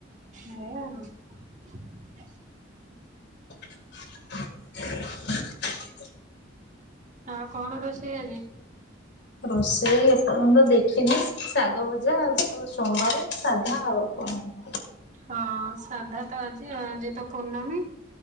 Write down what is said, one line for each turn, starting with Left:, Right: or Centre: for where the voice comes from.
Right: ଏୟା ଆଉ।
Left: <inaudible>
Right: ଆଉ କଣ ରୋଷେଇ ଆଜି?
Left: ରୋଷେଇ ଏପର୍ଯ୍ୟନ୍ତ ଦେଖିନି ଶାଗ ଭଜା ଆଉ। ଆଉ ସୋମବାରେ ସାଧା ଆଉ। କଣ ହବ।
Right: ହଁ ସାଧା ତ ଆଜି ଆଜି ତ ପୂର୍ଣ୍ଣମୀ